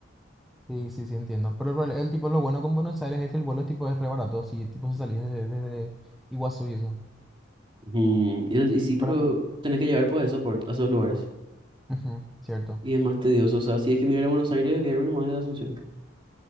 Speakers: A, in the centre; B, on the right.
A: Sí, sí, sí, entiendo. Pero el, prole- el tipo, lo bueno con Buenos Aires es que el vuelo tipo es re barato, si tipo si salís desde, desde Iguazú y eso.
B: Ujú, Y, el- y sí, pero
A: Para,
B: tenés que llevar por eso, por, a esos lugares.
A: Ujú, cierto.
B: Y es más tedioso, o sea, si es que me voy a ir a Buenos Aires, voy a irme nomás de Asunción.